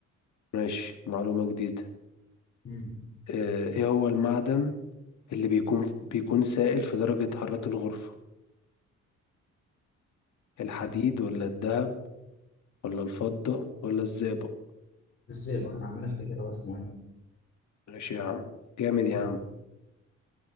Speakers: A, on the left; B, on the left.
A: ماشي معلومة جديدة
B: امم
A: آه، ايه هو المعدن اللي بيكون بيكون سائل في درجة حرارة الغرفة الحديد
B: آه،
A: ولا الذهب ولا الفضة ولا الزئبق
B: الزئبق انا عمال افتكر هو اسمه ايه
A: ماشي يا عم جامد يا
B: مم.
A: عم